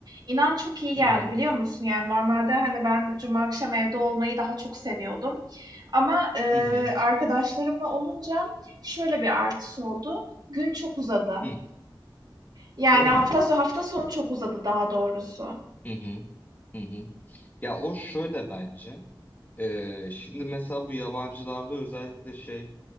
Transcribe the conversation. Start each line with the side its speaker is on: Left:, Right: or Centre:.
Right: İnan çok iyi geldi,
Left: Hı hı.
Right: biliyor musun? Yani normalde, hani, ben cuma akşam evde olmayı daha çok seviyordum ama, eee,
Left: Hı hı.
Right: arkadaşlarımla olunca şöyle bir artısı oldu: Gün çok uzadı.
Left: Hı.
Right: Yani
Left: Değil mi?
Right: hafta so hafta sonu çok uzadı daha doğrusu.
Left: Hı hı. Hı hı. Ya o şöyle bence. Ee, şimdi mesela bu yabancılarda özellikle şey